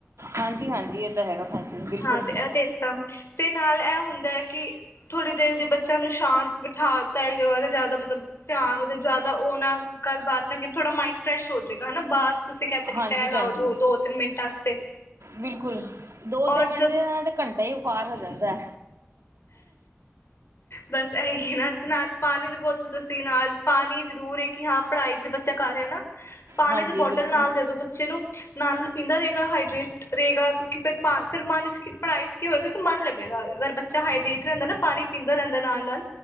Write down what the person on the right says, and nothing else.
ਹਾਂਜੀ ਹਾਂਜੀ ਇਹ ਤਾਂ ਹੈਗਾ ਹਾਂਜੀ ਬਿਲਕੁਲ
ਹਾਂਜੀ
ਭੈਣ ਜੀ
ਬਿਲਕੁਲ ਦੋ
ਤਿੰਨ ਮਿੰਟ
ਦੇ ਨਾਲ ਤਾਂ ਘੰਟਾ ਹੀ ਪਾਰ ਹੋ ਜਾਂਦਾ
ਹਾਂਜੀ
ਬਿਲਕੁਲ